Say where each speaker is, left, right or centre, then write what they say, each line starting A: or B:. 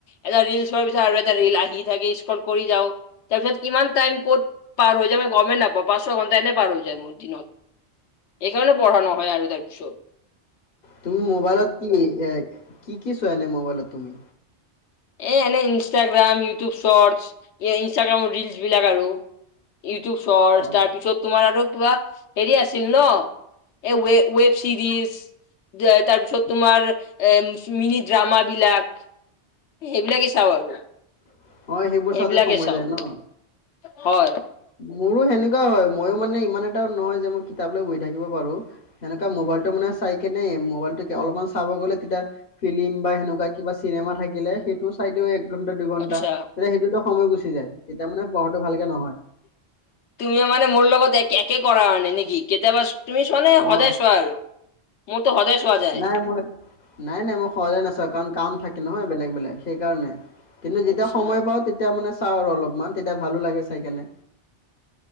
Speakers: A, on the left; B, on the left.
A: এটা ৰিল চোৱাৰ পিছত আৰু এটা ৰিল আহি থাকে স্ক কৰি যাওঁ। তাৰ পিছত কিমান টাইম ক'ত পাৰ হৈ। কেতিয়াবা গমে নাপওঁ। পাঁচ ছয় ঘন্টা এনেই পাৰ হৈ যায় মোৰ দিনত এইেইকাৰণে পঢ়া নহয় আৰু তাৰ পিছত
B: তুমি মোবাইলত কি, এ কি কি চোৱা এনে মোবাইলত তুমি?
A: এই এনেই ইনষ্টাগ্ৰাম, ইউটিউব চৰ্টচ, এ ইনষ্টাগ্ৰামৰ ৰিলচবিলাক আৰু ইউটিউব চৰ্টচ
B: অঁ
A: তাৰপিছত তোমাৰ আৰু কিবা হেৰি আছিল ন, এ ৱে ৱেব চিৰিজ তাৰপিছত তোমাৰ এ মিনি ড্ৰামা বিলাক। এ সেইবিলাকে চাওঁ আৰু।
B: অ, সেইবোৰ
A: সেইবিলাকে
B: চাওঁতে সময়
A: চাওঁ
B: যায় ন?
A: হয়
B: মোৰো সেনেকুৱা হয়, ময়ো মানে ইমান এটা নহয় যে মই কিতাপ লৈ বহি থাকিব পাৰোঁ, সেনেকুৱা মোবাইলটো মানে চাই কেনে মোবাইলটো অলপমান চাব গ'লে তেতিয়া ফিলিম বা সেনেকুৱা কিবা চিনেমা থাকিলে, সেইটো চাই দিও একঘন্টা-দুইঘণ্টা
A: আচ্ছা
B: তেতিয়া সেইতো সময় গুচি যায়, তেতিয়া মানে পঢ়াটো ভালকে নহয়।
A: তুমিও মানে মোৰ লগত এক একে কৰা আৰু নে নেকি? কেতিয়াবা তুমি চোৱানে
B: অ
A: সদায় চোৱা আৰু? মোৰতো সদায় চোৱা যায়
B: নাই মই, নাই, নাই, মই সদায় নাচাওঁ, কাৰণ কাম থাকে নহয় বেলেগ-বেলেগ সেইকাৰণে, কিন্তু যেতিয়া
A: আচ্ছা
B: সময় পাওঁ তেতিয়া মানে চাওঁ আৰু অলপমান, তেতিয়া ভালো লাগে চাই কেনে।